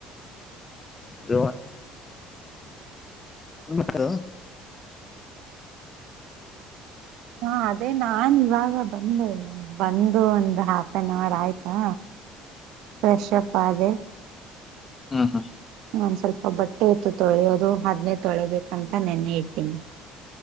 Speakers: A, on the left (about 30°); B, on the right (about 70°).
A: ರನ್.. <inaudible> ನತ್ತ.
B: ಹಾ ಅದೇ ನಾನ್ ಇವಾಗ ಬಂದೆ ಬಂದು ಒಂದ ಹಾಫ್ ಆನ್ ಅವರ್ ಆಯ್ತಾ. ವಿಷಪದೆ.
A: ಹಾ ಹಾ.
B: ಒಂದ್ ಸ್ವಲ್ಪ ಬಟ್ಟೆ ಇತ್ತು ತೊಳೆಯೋದು ಆದ್ಮೇ ತೊಳಿಬೇಕಂತ ನೆನ್ನೆ ಇಡ್ಟ್ಟೀನಿ.